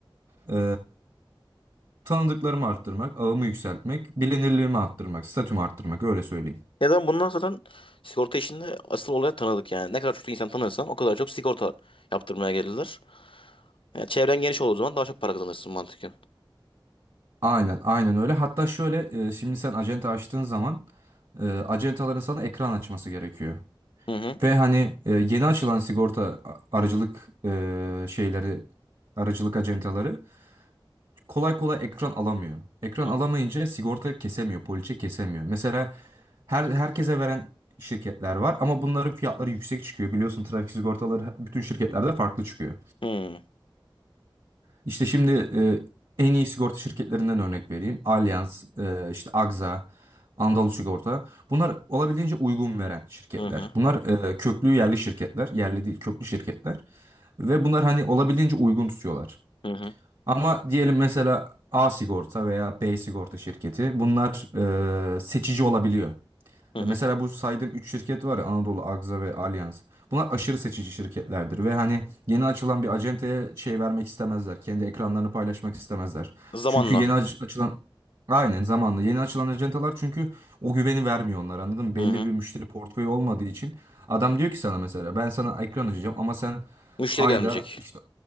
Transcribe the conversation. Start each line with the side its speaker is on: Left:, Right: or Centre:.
Right: e, tanıdıklarımı arttırmak, ağımı yükseltmek, bilinirliğimi arttırmak, statümü arttırmak öyle söyleyeyim.
Left: Ya da bundan sonra sigorta işinde asıl olaya tanıdık yani. Ne kadar çok insan tanırsan o kadar çok sigorta yaptırmaya gelirler. Yani çevren geniş olduğu zaman daha çok para kazanırsın mantıken.
Right: Aynen, aynen öyle. Hatta şöyle e, şimdi sen acente açtığın zaman e, acentaların sana ekran açması gerekiyor.
Left: Hı hı.
Right: Ve hani e, yeni açılan sigorta a- aracılık e, şeyleri, aracılık acentaları kolay kolay ekran alamıyor. Ekran
Left: Hı
Right: alamayınca sigorta kesemiyor, poliçe kesemiyor. Mesela her herkese veren şirketler var ama bunların fiyatları yüksek çıkıyor. Biliyorsun trafik sigortaları bütün şirketlerde farklı çıkıyor.
Left: hı.
Right: İşte şimdi e, en iyi sigorta şirketlerinden örnek vereyim. Allianz, e, işte Agza, Anadolu Sigorta. Bunlar olabildiğince uygun veren şirketler.
Left: Hı hı.
Right: Bunlar e, köklü yerli şirketler. Yerli değil, köklü şirketler. Ve bunlar hani olabildiğince uygun tutuyorlar.
Left: Hı hı.
Right: Ama diyelim mesela A sigorta veya B sigorta şirketi bunlar e, seçici olabiliyor.
Left: Hı
Right: E,
Left: hı.
Right: Mesela bu saydığım 3 şirket var ya Anadolu, Agza ve Allianz. Bunlar aşırı seçici şirketlerdir ve hani yeni açılan bir acenteye şey vermek istemezler. Kendi ekranlarını paylaşmak istemezler.
Left: Zamanla.
Right: Çünkü yeni ac- açılan aynen zamanla yeni açılan acentalar çünkü o güveni vermiyor onlar anladın mı? Belli
Left: Hı hı.
Right: bir müşteri portföyü olmadığı için adam diyor ki sana mesela ben sana ekran açacağım ama sen
Left: Müşteri
Right: ayda
Left: gelmeyecek.
Right: işte